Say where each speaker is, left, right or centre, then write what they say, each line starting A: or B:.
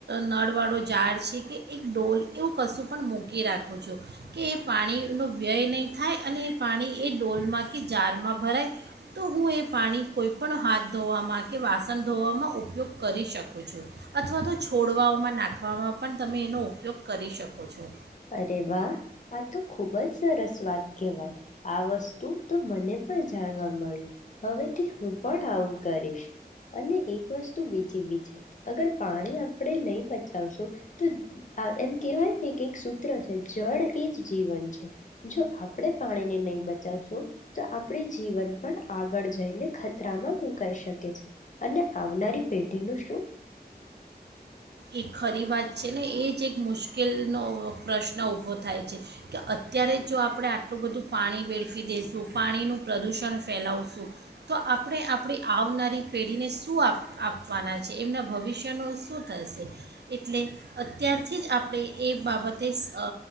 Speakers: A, on the right; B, on the left.
A: નળવાળો ઝાડ છે કે એક ડોલ એવું કશું પણ મૂકી રાખું છું કે એ પાણીનો વ્યય નહીં થાય અને એ પાણી એ ડોલમાં કે જારમાં ભરાય, તો હું એ પાણી કોઈપણ હાથ ધોવામાં કે વાસણ ધોવામાં ઉપયોગ કરી શકું છું, અથવા તો છોડઓવામાં નાખવામાં પણ તમે એનો ઉપયોગ કરી શકો છો.
B: અરે વાહ આતો ખુબજ સરસ વાત કહેવાય. આ વસ્તુ તો મને પણ જાણવા મળ્યું. હવેથી હું પણ આવું કરીશ અને એક વસ્તુ બીજી બી છે, અગર પાણી આપણે નહી પચાવશું તો એમ કહેવાય ને કે એક સૂત્ર છે જળ એજ જીવન છે. જો આપડે પાણીને નહી બચાવશું તો આપણી જીવન પણ આગળ જઈને ખતરામાં મુકાઈ શકે છે અને આવનારી પેઢીનું શું
A: એ ખરી વાત છે ને, એજ એક મુશ્કેલનો પ્રશ્ન ઊભો થાય છે કે અત્યારે જો આપણે આટલું બધું પાણી વેળફી દઈશું, પાણીનું પ્રદૂષણ ફેલાવશું, તો આપણે આપણી આવનારી પેઢીને શું આપવાના છે, એમના ભવિષ્યનું શું થશે એટલે અત્યારથીજ આપડે એ બાબતે અ